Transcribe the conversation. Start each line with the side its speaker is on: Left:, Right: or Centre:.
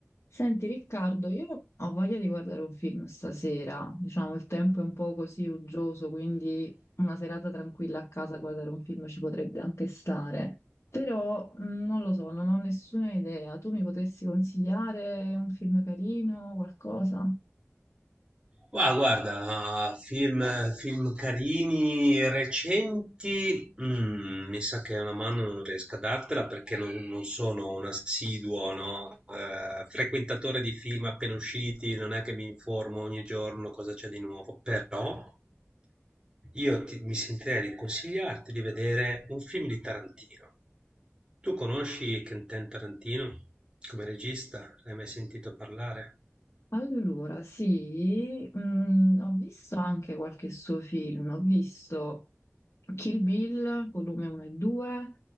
Left: Senti Riccardo, io ho voglia di guardare un film stasera, diciamo il tempo è un po' così uggioso, quindi una serata tranquilla a casa a guardare un film ci potrebbe anche stare, però mh, non lo so, non ho nessuna idea, tu mi potresti consigliare un film carino, qualcosa?
Right: Ma guarda, film, film carini, recenti, mm, mi sa che una mano non riesco a dartela perché non, non sono un assiduo, no? Eh, frequentatore di film appena usciti, non è che mi informo ogni giorno cosa c'è di nuovo, però io ti- mi sentirei di consigliarti di vedere un film di Tarantino. Tu conosci Quentin Tarantino come regista? L'hai mai sentito parlare?
Left: Allora, sì, mh, ho visto anche qualche suo film, ho visto Kill Bill, volume 1 e 2,